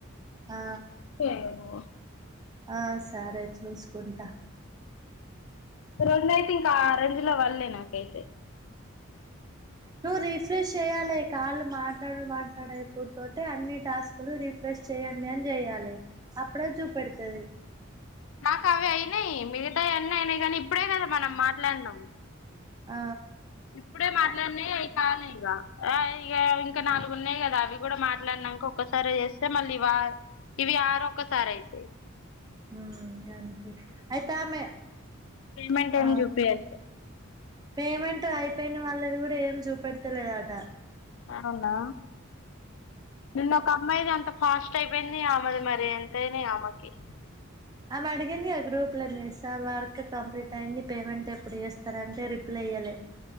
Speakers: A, on the right (about 20°); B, on the left (about 65°).
A: ఆ
B: <unintelligible>
A: ఆ సరే చూసుకుంట.
B: రెండయితింక ఆరెంజ్ ల వళ్లే నాకైతే
A: నువ్వు రిఫ్రెష్ చెయాలె, కాళ్ళు మాట్లాడు మాట్లాడయిపోవుడు తోటే అన్ని టాస్కులు రీఫ్రెష్ చేయండి అని జేయాలె అప్పుడే జూపెడతది.
B: మాకు అవి అయినయి మిగతాయి అన్నీ అయినయి గానీ, ఇప్పుడే గద మనం మాట్లాడినం.
A: ఆ
B: ఇప్పుడే మాట్లాడినయి అయి కాలె ఇగ ఆ ఇగ ఇంకా నాలుగు ఉన్నయ్ కదా అవి కూడా మాట్లాడినంక ఒక్కసారే చేస్తే మళ్ళీ వా ఇవి ఆరక్కసారయితయి
A: మ్మ్ అంతే అయితే ఆమె
B: పేమెంట్
A: ఆ
B: ఏం జూపియట్లే
A: పేమెంట్ అయిపోయిన వాళ్ళది గుడ ఏం జూపెడతలేదట.
B: అవునా నిన్న ఒక అమ్మాయిది అంత ఫాస్ట్ అయిపోయింది, ఆమెది మరి ఎంతయినయో మరి ఆమెకి
A: అవి అడిగింది ఆ గ్రూప్ లనే సార్ వర్క్ కంప్లీట్ అయింది, పేమెంట్ ఎప్పుడు చేస్తరంటే రిప్లై ఇయ్యలే